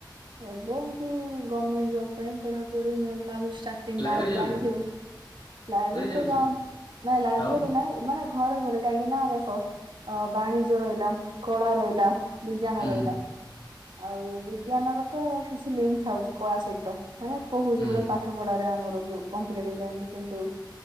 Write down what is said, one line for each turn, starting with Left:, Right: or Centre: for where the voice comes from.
Right: ଏବେ ଏମତି ଗଭର୍ମେଣ୍ଟ ଜବ ପାଇଁ ପଢ଼ାପଢ଼ି ନମାଲ ଚାଟିଙ୍ଗ
Left: ଲାଇବ୍ରେରୀ
Right: ଆଉ
Left: ଯାଉଛନ୍ତି
Right: ଜାଣିଥିବେ। ଲାଇବ୍ରେରୀ
Left: ଯାଉଛନ୍ତି
Right: ତ ଯାଉ
Left: କି?
Right: ନାଇଁ ଲାଇବ୍ରେରୀ
Left: ଆଉ
Right: ନାଇଁ ମାନେ ଘରେ ଘରେ କାହିଁକି ନା ଅ ବାଣିଜ୍ୟ ରହିଲା କଳା ରହିଲା ବିଜ୍ଞାନ
Left: ହୁଁ
Right: ରହିଲା।
Left: ହୁଁ
Right: ଆଉ ବିଜ୍ଞାନର ତ କିଛି ଲିଙ୍କ ଥାଉଛି କଳା ସହିତ। ମାନେ କହୁଛି
Left: ହୁଁ
Right: ଗୋଟେ ପାଠ ପଢ଼ାରେ ଆମର ଯୋ କମ୍ପିଟେଟିଭ ଲାଇନରେ କିନ୍ତୁ